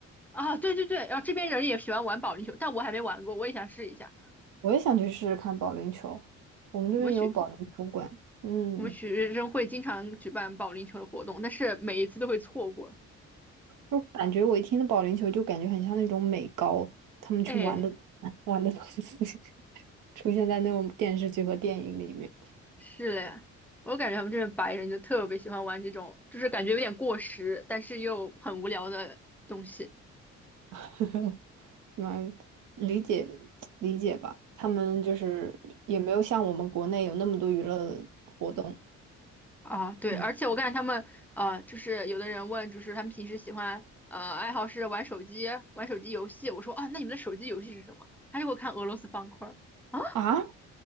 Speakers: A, in the centre; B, on the right (about 85°).
A: 啊，对对对，然后这边人也喜欢玩保龄球，但我还没玩过，我也想试一下。
B: 我也想去试试看保龄球。我们这边也有保龄球馆，
A: 我们学
B: 嗯，
A: 我们学生会经常举办保龄球的活动，但是每一次都会错过。
B: 就感觉我一听到保龄球，就感觉很像那种美高他们去玩的
A: 哎，嗯，
B: <laughs> 玩的东西，<laughs> 出现在那种电视剧和电影里面。
A: 是嘞，我感觉他们这边白人就特别喜欢玩这种，就是感觉有点过时，但是又很无聊的东西
B: <laughs> 嗯，理解理解吧，他们就是也没有像我们国内有那么多娱乐活动。
A: 啊。对，
B: 嗯
A: 而且我感觉他们呃，就是有的人问，就是他们平时喜欢呃爱好是玩手机，玩手机游戏。我说啊，那你们的手机游戏是什么？他就给我看俄罗斯方块儿啊，
B: 啊，